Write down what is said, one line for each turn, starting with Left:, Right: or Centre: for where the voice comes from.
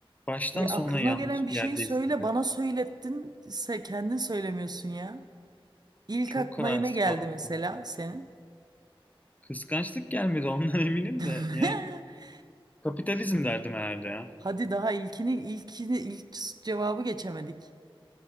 Left: baştan
Right: E
Left: sona
Right: aklına
Left: yanlış
Right: gelen bir şeyi
Left: bir yerdeyiz
Right: söyle,
Left: gibi.
Right: bana söylettin. Sen kendin söylemiyorsun ya. İlk
Left: Çok
Right: aklına
Left: kararsız
Right: ne geldi
Left: kaldık.
Right: mesela
Left: Yani
Right: senin?
Left: Kıskançlık gelmedi ondan <laughs> eminim
Right: <laughs>
Left: de. Yani kapitalizm derdim herhalde ya.
Right: Hadi daha ilkini ilkini ilk cevabı geçemedik.